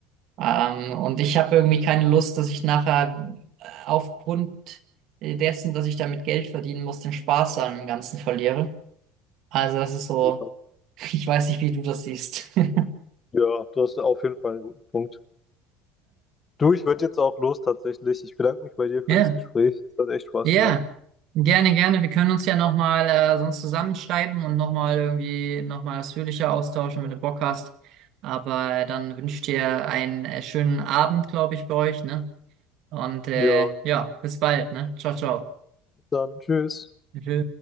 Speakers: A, on the right; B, on the left.
A: Ähm, und ich habe irgendwie keine Lust, dass ich nachher äh, aufgrund dessen, dass ich damit Geld verdienen muss, den Spaß an dem Ganzen verliere. Also das ist so,
B: Ja,
A: <laughs> ich weiß nicht, wie du das siehst. <laughs>
B: Ja, du hast auf jeden Fall einen guten Punkt. Du, ich würde jetzt auch los tatsächlich. Ich bedanke mich bei dir für
A: Ja,
B: das Gespräch. Es hat echt Spaß
A: ja,
B: gemacht.
A: gerne, gerne. Wir können uns ja nochmal äh, sonst zusammenschreiben und nochmal irgendwie nochmal ausführlicher austauschen, wenn du Bock hast. Aber dann wünsche ich dir einen äh, schönen Abend, glaube ich, bei euch, ne? Und äh,
B: Ja,
A: ja, bis bald, ne? Ciao, ciao.
B: dann tschüss.
A: Tschö.